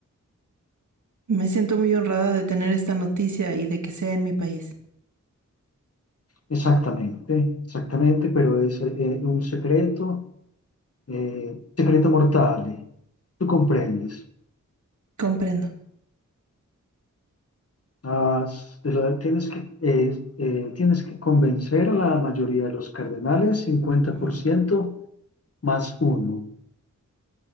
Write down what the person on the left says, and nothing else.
Exactamente, exactamente, pero es eh, un secreto, eh, secreto mortal. Tú comprendes.
Ah, de la- tienes que, eh, eh, tienes que convencer a la mayoría de los cardenales, 50%
más uno.